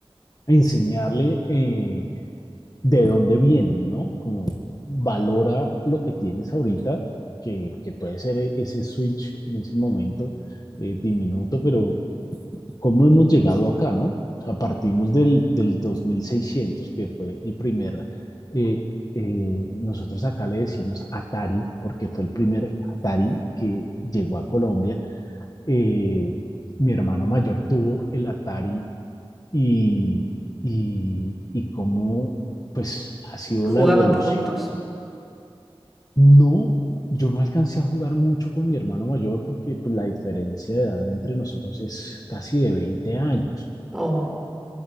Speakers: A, on the left; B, in the centre.
A: enseñarle eh, de dónde vienen, ¿no? Como valora lo que tienes ahorita, que, que puede ser e-, ese Switch en ese momento eh, diminuto, pero cómo hemos llegado acá, ¿no? O sea, partimos del, del 2600 que fue el primer, eh, eh, nosotros acá le decimos Atari, porque fue el primer Atari que llegó a Colombia. Eh, mi hermano mayor tuvo el Atari y, y, y cómo, pues, ha sido
B: ¿Jugaban
A: la evolución.
B: juntos?
A: No, yo no alcancé a jugar mucho con mi hermano mayor porque pues, la diferencia de edad entre nosotros es casi de 20 años.
B: Oh.